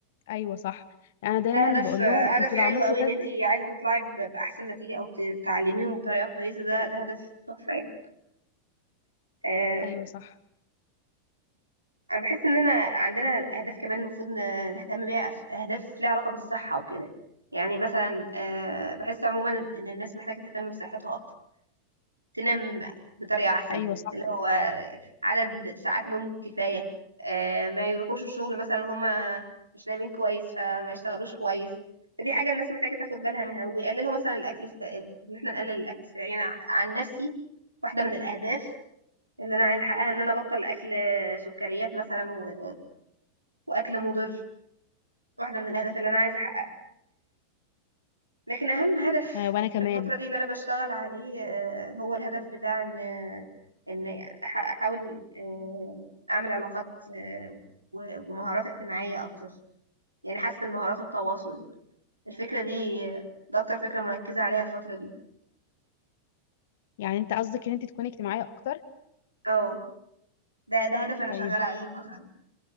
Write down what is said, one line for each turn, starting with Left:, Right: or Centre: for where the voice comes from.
Left: أيوة صح أنا دايما
Right: ده هدف
Left: بقول
Right: هدف
Left: لهم أنتوا
Right: حلو
Left: لو عملتوا
Right: قوي
Left: كذا
Right: ان انت عايزه تطلعي ب- باحسن نتيجه او ت- تعلميهم بطريقه كويسه ده ده هدف تحفه يعني آه
Left: أيوة صح
Right: انا بحس اننا عندنا اهداف كمان المفروض ن- نهتم بيها أف- اهداف ليها علاقه بالصحه وكده يعني مثلا آه بحس عموما ان إن الناس محتاجه تهتم بصحتها اكتر تنام بطريقة أحسن
Left: أيوة صح
Right: اللي هو عدد ساعات نوم كفاية آه، ما يروحوش الشغل مثلا هما مش نايمين كويس فما يشتغلوش كويس فدي حاجة الناس محتاجة تاخد بالها منها ويقللوا مثلا الأكل الس... إن إحنا نقلل الأكل السريع أنا عن نفسي واحدة من الأهداف اللي أنا عايزة أحققها إن أنا أبطل أكل سكريات مثلا و... وأكل مضر واحدة من الأهداف اللي أنا عايزة أحققها لكن اهم هدف
Left: آه، وأنا كمان
Right: في الفتره دي اللي انا بشتغل عليه آه، هو الهدف بتاع ان آه، ان أح- احاول آه، اعمل علاقات آه، و- ومهارات اجتماعيه اكتر يعني حاسه ان مهارات التواصل الفكره دي آه، ده اكتر فكره مركزه عليها الفتره دي
Left: يعني أنت قصدك إن أنت تكوني اجتماعية أكتر
Right: اه ده ده هدف انا
Left: طيب
Right: شغاله عليه الفتره دي